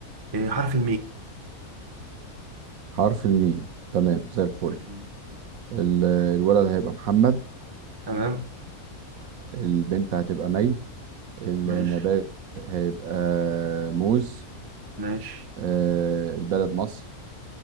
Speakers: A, on the right (about 30°); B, on the right (about 70°).
A: آه، حرف
B: حرف الميم تمام زي الفل
A: الميم
B: ال- الولد هيبقى محمد
A: تمام
B: البنت هتبقى مي النبات
A: ماشي
B: هيبقى موز
A: ماشي
B: آه البلد مصر